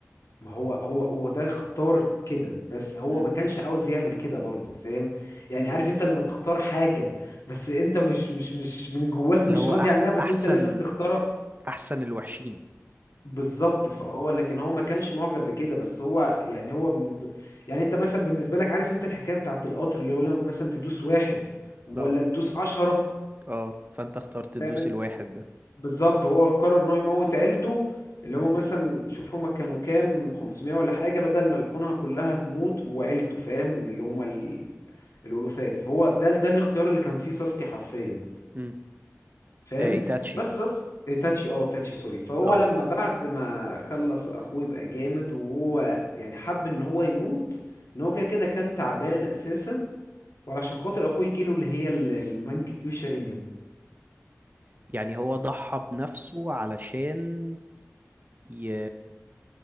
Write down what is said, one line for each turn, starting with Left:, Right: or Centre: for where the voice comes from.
Left: ما هو هو هو ده اختار كده بس هو
Right: امم
Left: ما كانش عاوز يعمل كده برضه فاهم يعني
Right: امم
Left: عارف انت لما تختار حاجة بس انت مش مش مش من جواك مش
Right: اللي هو
Left: راضي
Right: أح
Left: عنها بس
Right: احسن
Left: انت لازم تختارها
Right: احسن الوحشين
Left: بالظبط فهو لكن هو ما كانش معجب بكده بس هو يعني
Right: امم
Left: هو ب... يعني انت مثلا بالنسبة لك عارف انت الحكاية بتاعت القطر اللي يقول لك مثلا تدوس واحد ولا
Right: اه
Left: تدوس عشرة
Right: اه فانت اخترت تدوس
Left: فاهم
Right: الواحد ده
Left: بالظبط هو قرر ان هو يموت عيلته اللي هما مثلا شوف هما كانوا كام 500 ولا حاجة بدل ما الكونها كلها تموت وعيلته فاهم اللي هما
Right: مم.
Left: ال... الألوفات فهو ده ده الاختيار اللي كان فيه ساسكي حرفيا
Right: امم
Left: فاهم
Right: آه ايتاتشي
Left: بس ساس... إيه، تاتشي اه تاتشي سوري فهو
Right: اه
Left: لما بعد ما خلص اخوه يبقى جامد وهو يعني حب ان هو يموت ان هو كده كده كان تعبان اساسا وعلشان خاطر اخوه يجيله اللي هي ال- المانج كيو شارينجان
Right: يعني هو ضحى بنفسه علشان ي...